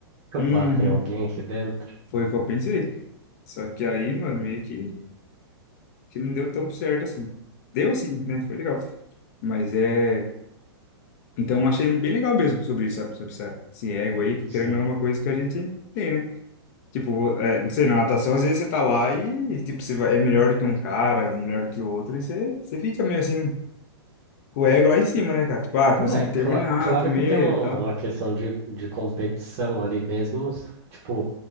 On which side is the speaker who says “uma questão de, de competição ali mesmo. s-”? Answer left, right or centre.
Right